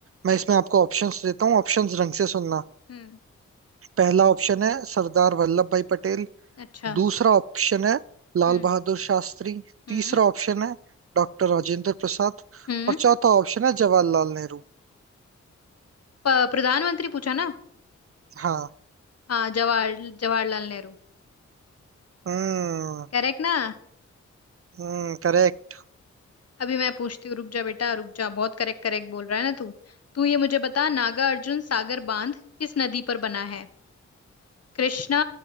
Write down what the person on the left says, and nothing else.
हम्म
अच्छा
हम्म
हम्म
हम्म
प- प्रधानमंत्री पूछा ना
हाँ जवाहर जवाहरलाल नेहरू
करेक्ट ना
अभी मैं पूछती हूँ रुक जा बेटा रुक जा बहुत करेक्ट करेक्ट बोल रहा है ना तू तू ये मुझे बता नागा अर्जुन सागर बांध किस नदी पर बना है कृष्णा